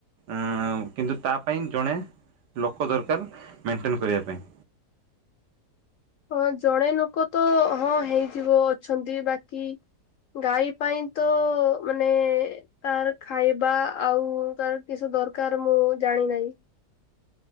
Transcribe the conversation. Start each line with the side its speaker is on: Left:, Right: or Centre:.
Right: ଆଁ -କିନ୍ତୁ ତା ପାଇଁ ଜଣେ ଲୋକ ଦରକାର୍ ମେଣ୍ଟେନ୍ କରିବା ପାଇଁ।
Left: ହଁ ଜଣେ ଲୋକ ତ ହଁ ହେଇଯିବ ଅଛନ୍ତି ବାକି ଗାଈ ପାଇଁ ତ ମାନେ ତାର ଖାଇବା ଆଉ ତାର କିସ ଦରକାର୍ ମୁଁ ଜାଣିିନାହିଁ।